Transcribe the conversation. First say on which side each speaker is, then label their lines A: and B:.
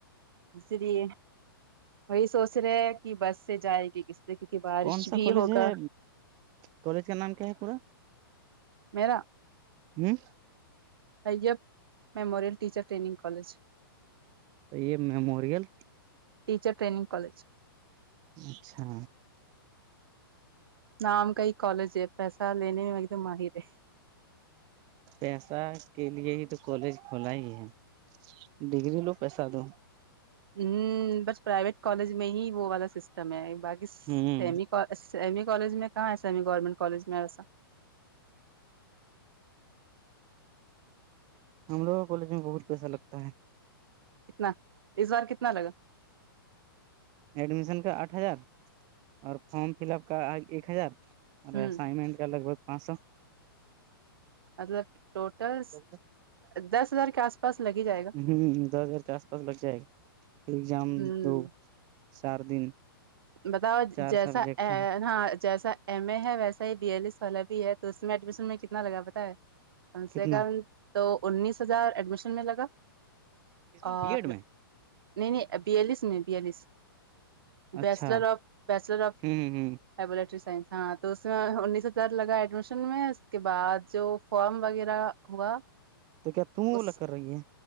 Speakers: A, on the right (about 70°); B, on the right (about 35°).
A: اس لیے وہی سوچ رہے ہے کہ بس سے جائے گی اس سے کیونکہ بارش
B: کون سا
A: بھی
B: کالج
A: ہوگا
B: ہے کالج کا نام کیا ہے پورا
A: میرا
B: ہوں
A: اب میموریل ٹیچر ٹگ کالج
B: یہ میموریل
A: ٹیچر ٹگ کالج
B: اچھا
A: نام کا ہی کالج ہے پیسہ لینے میں ایک دم ماہر ہے
B: پیسہ کے لیے ہی تو کالج کھولا ہی ہے ڈگری لو پیسہ دو
A: ہ بس پرائیویٹ کالج میں ہی وہ والا سسٹم ہے باقی سی
B: ہوں
A: ایمی کالج میں کہاں ہےس ایمی گورنمنٹ کالج میں ایسا
B: ہم لوگوں کا کالج میں بہت پیسا لگتا ہے
A: کتنا اس بار کتنا لگا
B: ایڈمیشن کا آٹھ ہزار اور فارم فل اپ کا ایک ہزار اوررے
A: ہ
B: اسائنمنٹ کیا لگ بھگ پانچ سو
A: مطلب ٹوٹل
B: ہوں
A: دس ہزار کے آس پاس لگ ہی جائے گا
B: ہ دس ہزار کے آس پاس لگ جائے گا ایزام
A: ہ
B: دو چار دن
A: بتاؤ
B: چار
A: جیسا
B: سبجیکٹ ہیں
A: ہاں جیسا ایم اے ہے ویسا ہی بییالیس والا بھی ہے تو اس میں ایڈمیشن میں کتنا لگا بتا ہے کم سے
B: کتنا
A: کم تو انیس ہزار ایڈمیشن میں لگا
B: کس میں
A: اور
B: بی ایڈ
A: نہیں
B: میں
A: نہیں بیالیس میں بیالیس بیچلر
B: اچھا
A: آف بیچلر آف
B: ہوں ہ
A: لیبورٹری سائس ہاں تو اس میں انیس سو در لگا ایڈمیشن میں اس کے بعد جو فارم وغیرہ ہوا
B: تو کیا تم اولاگ
A: اس
B: کر رہی ہے